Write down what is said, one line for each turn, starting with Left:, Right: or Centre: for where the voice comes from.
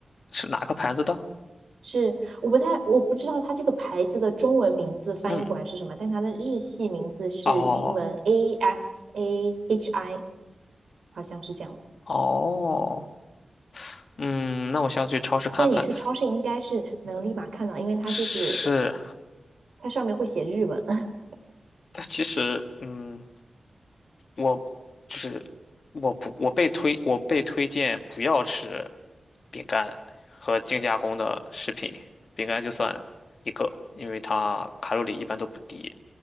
Left: 是哪个牌子的？
Right: 是，我不太，我不知道它这个牌子的中文名字翻译过来是什么，
Left: 嗯，
Right: 但它的日系名字是英文
Left: 哦
Right: A S A H I，好像是这样的
Left: 哦，嗯，那我下次去超市看看。
Right: 但你去超市应该是能立马看到，因为它就是
Left: 是，
Right: 它上面会写日文。<laughs>
Left: 但其实，嗯，我就是我不我被推我被推荐不要吃饼干和精加工的食品，饼干就算一个，因为它卡路里一般都不低，